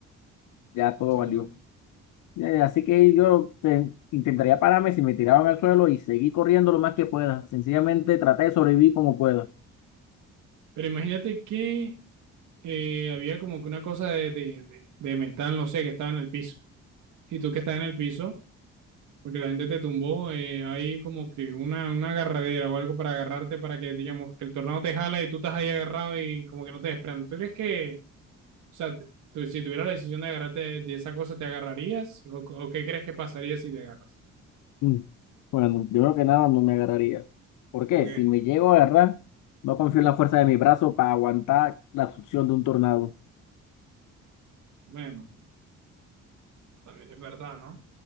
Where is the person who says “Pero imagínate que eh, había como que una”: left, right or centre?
Right